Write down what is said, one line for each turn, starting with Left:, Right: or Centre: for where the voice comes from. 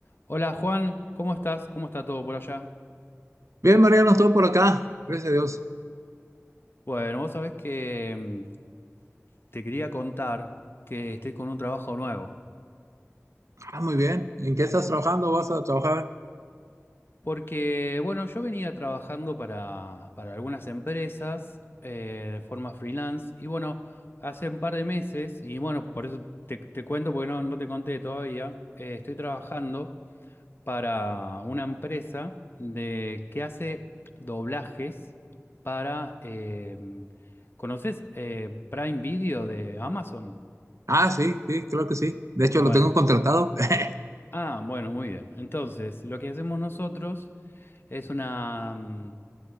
Left: Hola Juan, ¿cómo estás? ¿Cómo está todo por allá?
Right: Bien, Mariano, estoy por acá. Gracias a Dios.
Left: Bueno, vos sabés que mm, te quería contar que estoy con un trabajo nuevo.
Right: Ah, muy bien. ¿En qué estás trabajando? ¿Vas a trabajar?
Left: Porque, bueno, yo venía trabajando para, para algunas empresas eh, de forma freelance y bueno, hace un par de meses, y bueno, por eso te, te cuento porque no, no te conté todavía, eh, estoy trabajando para una empresa de, que hace doblajes para... eh, ¿conoces eh, Prime Video de Amazon?
Right: Ah, sí, sí, claro que sí. De hecho,
Left: Bueno,
Right: lo tengo contratado. <laughs>
Left: ah, bueno, muy bien. Entonces, lo que hacemos nosotros es una... mm,